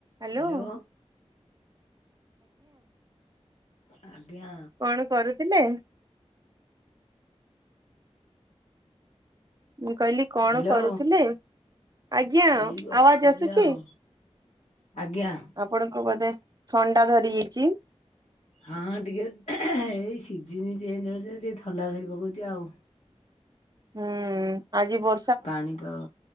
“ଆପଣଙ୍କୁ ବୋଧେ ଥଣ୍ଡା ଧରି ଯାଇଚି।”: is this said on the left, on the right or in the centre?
Right